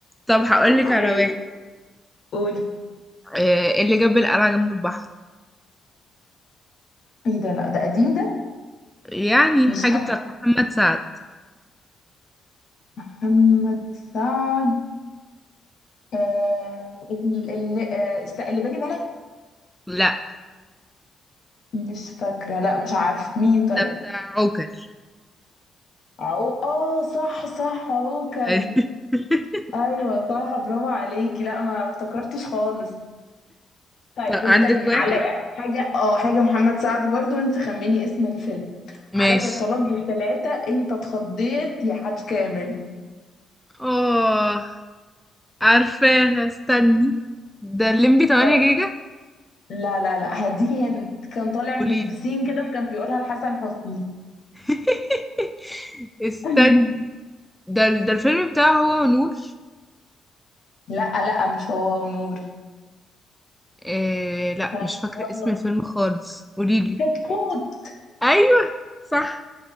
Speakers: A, in the centre; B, on the left.
A: طب هقول لك
B: ايوه
A: على واحد
B: قولي
A: إيه اللي جاب القلعة جنب البحر
B: ايه ده لا ده قديم ده
A: يعني
B: مش
A: حاجة
B: حلو
A: بتاعت محمد سعد
B: محمد سعد آه ال- ال- آه، است- اللي بالي بالك
A: لا
B: مش فاكرة لا مش عارفة مين طيب
A: ده بتاع عوكل
B: عو اه صح صح عوكل
A: أيوة. <laughs>
B: ايوه صح برافو عليكي لا ما افتكرتش خالص طيب
A: طب عندك
B: استني
A: واحد
B: على حاجة اه حاجة محمد سعد برضو انت خمني اسم الفيلم
A: ماشي
B: عليا طلاق بالثلاثة انت اتخضيت يا حاج كامل
A: اه عارفاها استني ده الليمبي 8
B: طب
A: جيجا
B: لا لا لا هديكي هنت كان طالع
A: قوليلي
B: من البسين كده وكان بيقولها لحسن حسني
A: <laughs> استني
B: <laughs>
A: ده ده الفيلم بتاعه هو ونور
B: لا لا مش هو ونور
A: إيه لا
B: طيب،
A: مش فاكرة
B: يلا
A: اسم الفيلم خالص قوليلي
B: كتكوت
A: ايوه صح